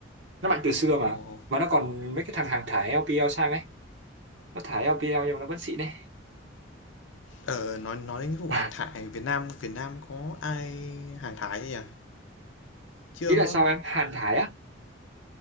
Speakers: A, on the right (about 65°); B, on the left (about 80°).
A: nó mạnh từ xưa
B: Ồ.
A: mà mà nó còn mấy cái thằng hàng thải LPL sang ấy nó thải LPL nhưng mà nó vẫn xịn đấy
B: Ờ nói nói đến cái vụ
A: <laughs>
B: hàng thải Việt Nam Việt Nam có ai hàng thải chưa nhỉ? Chưa
A: ý là
B: đúng
A: sao
B: không?
A: em Hàn thải á